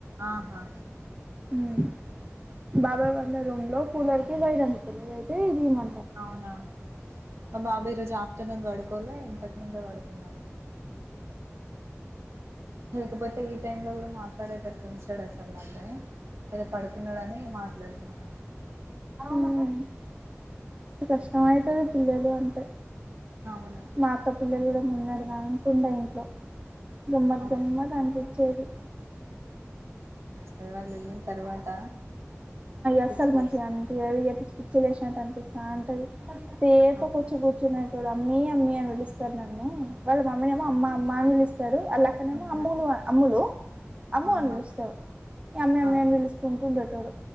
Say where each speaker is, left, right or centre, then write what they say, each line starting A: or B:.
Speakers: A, on the right (about 60°); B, on the right (about 25°).
A: ఆహా
B: మ్ బాబాయ్ పండే రూమ్లో కూలర్కి అందతలే అయితే ది మ
A: అవునా మా బాబు ఈరోజు ఆ టునన్ గడుకోలే ఇంతకు ముందే పడుకున్నాను లేకపోతే ఈ టైమ్ లో కూడా మాట్లాడేటట్టు ఉంచడు అసలు నన్నే ఏదో పడుతున్నాడని మాట్లాడుతున్నా
B: మ్ మస్తు కష్టం అయితది పిల్లలు అంటే
A: అవును
B: మా అక్క పిల్లలు కూడా మొన్నడు దాంక ఉండే ఇంట్లో గమ్మద్
A: అవును
B: గమ్మదనిపిచ్చేది
A: ఇగ వాళ్ళు వెళ్ళిన తర్వాత
B: అస్సలు
A: పిచ్చి
B: మంచిగా
A: లేస్తది
B: అన్పియది పిచ్చి పిచ్చి లేసినట్టు అనిపిస్తా అంటది తేప
A: అవును
B: కొచ్చం కూర్చున్నటోడ మీ అమ్మీ అని పిలుస్తారు నన్ను వాళ్ళ మమ్మీ ఏమో అమ్మ అమ్ అని పిలుస్తారు ఆళ్ళక్కనేమో
A: అవునా?
B: అమ్ములు అమ్ములు అమ్ము
A: ఆహా
B: అని పిలుస్తారు ఈ అమ్మి అమ్మి
A: ఆ
B: అని పిలుస్తు ఉంటు ఉండేటోడు